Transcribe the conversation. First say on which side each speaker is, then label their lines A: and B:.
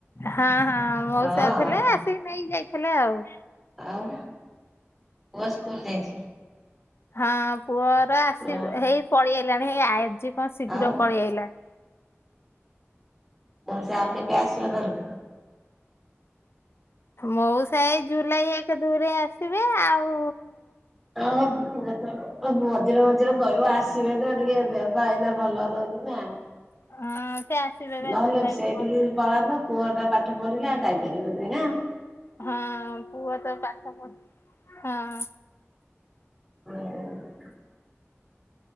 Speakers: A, on the left; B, in the centre.
A: ହଁ ହଁ ମଉସା
B: ହଁ।
A: ଥିଲେ ଆସିକି ନେଇକି ଯାଇ ଥିଲେ ଆଉ।
B: ଆଉ ପୁଅ ସ୍କୁଲ୍ ଯାଇଚି?
A: ହଁ ପୁଅର ଆସିବା
B: ଓ
A: ହେଇ ପଳେଇ ଆଇଲାଣି ହେଇ ଆଜି କଣ ଶୀଘ୍ର
B: ଆଉ
A: ପଳେଇ ଆଇଲାଣି?
B: ମୋଉଶା ଆଉ କେବେ ଆସିବ ଘରକୁ?
A: ମଉସା ଏଇ ଜୁଲାଇ ଏକ ଦୁଇରେ ଆସିବେ ଆଉ
B: ଅ ହଁ ଯେତେବେଳେ ମଝିରେ ମଝିରେ କହିବ ଆସିବେ ନା ଟିକେ ଦେହ ପା ଏଇନା ଭଲ ରହୁନି ନା
A: ହଁ ସେ ଆସିବେ ବା
B: ନହେଲେ
A: ଜୁଲାଇ
B: ସେଇଠିକି
A: ପ
B: ପଳାନ୍ତ ପୁଅ ଟା ପାଠ ପଢ଼ିଲା ଯାଇ ପାରିବନି ନା?
A: ହଁ ପୁଅ ତ ପାଠ ପଢୁ ହଁ।
B: <unintelligible>